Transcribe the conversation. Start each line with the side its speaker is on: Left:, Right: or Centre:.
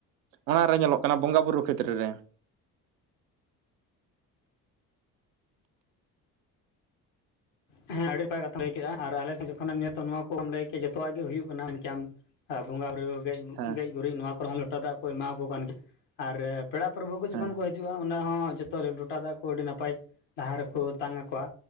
Right: ᱚᱱᱟᱨᱮ ᱧᱮᱞᱚᱜ ᱠᱟᱱᱟ ᱵᱚᱸᱜᱟ ᱵᱩᱨᱩ ᱠᱷᱮᱛᱨᱮ ᱨᱮ ᱾
Left: ᱦᱮᱸ ᱟᱹᱰᱤ ᱱᱟᱯᱟᱭ ᱠᱟᱛᱷᱟᱢ ᱞᱟᱹᱭ ᱠᱮᱜᱼᱟ ᱟᱨ ᱟᱞᱮ ᱥᱮᱫ ᱡᱚᱠᱷᱚᱮᱢ ᱧᱮᱞᱟ ᱛᱚ ᱱᱚᱣᱟ ᱠᱚ ᱠᱚᱠᱚᱢ ᱞᱟᱹᱭ ᱠᱮᱫ ᱡᱚᱛ ᱡᱚᱛᱚᱣᱟᱜ ᱜᱮ ᱦᱩᱭᱩᱜ ᱠᱟᱱᱟ ᱢᱮᱱᱠᱮᱭᱟᱢ ᱟ ᱵᱚᱸᱜᱟ ᱵᱩᱨᱩ ᱜᱮᱡ
Right: ᱦᱮᱸ
Left: ᱜᱮᱡ ᱜᱩᱨᱤᱡ ᱱᱚᱣᱟ ᱠᱚᱨᱮ ᱦᱚᱸ ᱞᱚᱴᱟ ᱫᱟᱜ ᱠᱚ ᱮᱢᱟᱣ ᱠᱚ ᱠᱟᱱ ᱜᱮᱭᱟ ᱟᱨ ᱯᱮᱲᱟ ᱯᱨᱚᱵᱩ ᱠᱚ
Right: ᱦᱮᱸ
Left: ᱡᱚᱠᱷᱚᱱ ᱠᱚ ᱦᱤᱡᱩᱜ ᱦᱤᱡᱩᱜᱼᱟ ᱚᱱᱟ ᱦᱚᱸ ᱡᱚᱛᱚ ᱞᱚᱴᱟ ᱫᱟᱜ ᱠᱚ ᱟᱹᱰᱤ ᱱᱟᱯᱟᱭ ᱞᱟᱦᱟ ᱨᱮᱠᱚ ᱛᱟᱝ ᱟᱠᱚᱣᱟ